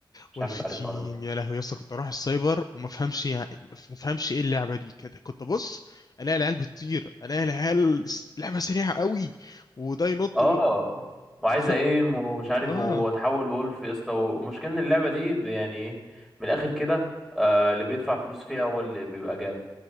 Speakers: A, in the centre; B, on the left.
A: مش
B: والفتيم
A: عارف انت عارفها ولا لأ.
B: يا لهوي يا اسطى كنت اروح السايبر وما افهمش يعني ما افهمش ايه اللعبه دي كانت- كنت ابص الاقي العيال بتطير الاقي العيال س- لعبه سريعه قوي وده ينط
A: اه
B: و...
A: وعايز
B: ف...
A: ايم ومش عارف
B: اه
A: واتحول وولف يا اسطى ومشكلة ان اللعبه دي ب- يعني ايه من الاخر كده آه اللي بيدفع فلوس فيها هو اللي بيبقى جامد